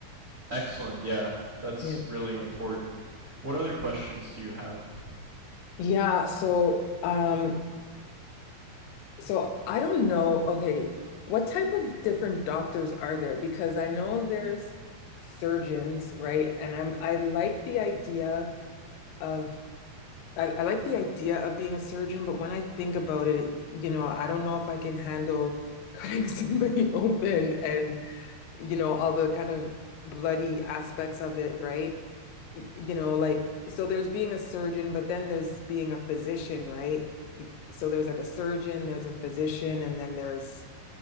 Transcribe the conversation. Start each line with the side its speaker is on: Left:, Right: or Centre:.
Right: Excellent. Yeah, that's
Left: Yeah.
Right: really important. What other questions do you have?
Left: Yeah, so um So I don't know, okay, what type of different doctors are there? Because I know there's surgeons, right? And I'm I like the idea of I, I like the idea of being a surgeon, but when I think about it, you know, I don't know if I can handle cutting <laughs> somebody open and, you know, all the kind of bloody aspects of it, right? you know like so there's being a surgeon but then there's being a physician right so there's like a surgeon there's a physician and then there's